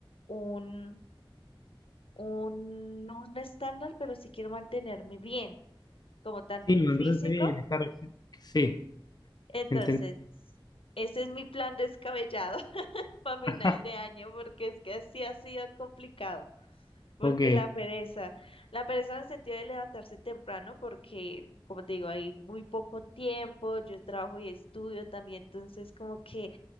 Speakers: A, on the left; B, on the left.
A: un, un, no un estándar, pero sí quiero mantenerme bien, como tanto
B: Sí, me
A: en
B: mantenerte
A: físico.
B: bien, estar... Sí,
A: Entonces,
B: entiendo.
A: ese es mi plan descabellado <laughs> para final
B: <laughs>
A: de año, porque es que así ha sido complicado, porque
B: Ok,
A: la pereza, la pereza en el sentido de levantarse temprano, porque... Como te digo, hay muy poco tiempo, yo trabajo y estudio también, entonces como que